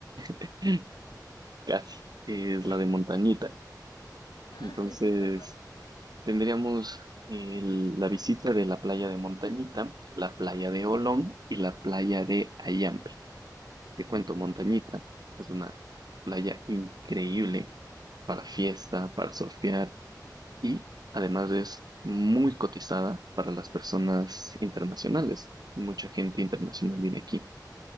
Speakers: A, on the right; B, on the left.
A: <laughs> Casi. Es la
B: <laughs>
A: de Montañita.
B: Ah,
A: Entonces,
B: <laughs> perdón.
A: tendríamos el- la visita de la playa de Montañita, la playa de Olón y la playa de Ayampe. Te cuento, Montañita es una playa increíble para fiesta, para surfear y además es muy cotizada para las personas internacionales. Mucha gente internacional viene aquí.